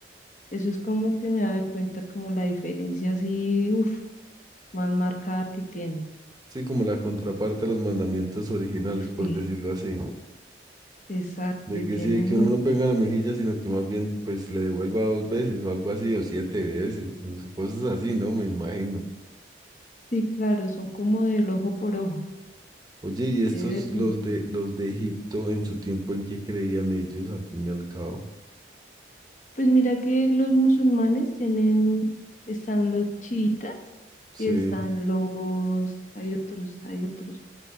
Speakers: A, on the left (about 40°); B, on the right (about 20°).
A: Eso es como que me doy cuenta como la diferencia así, uff, más marcada que tienen.
B: Sí, como la contraparte a los mandamientos originales, por
A: Sí.
B: decirlo así.
A: Exacto,
B: De
A: y tienen
B: que sí, de que
A: un...
B: uno no pega la mejilla, sino que más bien pues le devuelva dos veces o algo así, o siete veces, o sea, cosas así, ¿no? Me imagino.
A: Sí, claro, son como del ojo por ojo.
B: Oye, ¿y estos
A: Eh, mm,
B: los de los de Egipto en su tiempo en que creían ellos, al fin y al cabo?
A: pues mira que los musulmanes tienen, están los chiitas
B: Sí.
A: y están los... Hay otros, hay otros.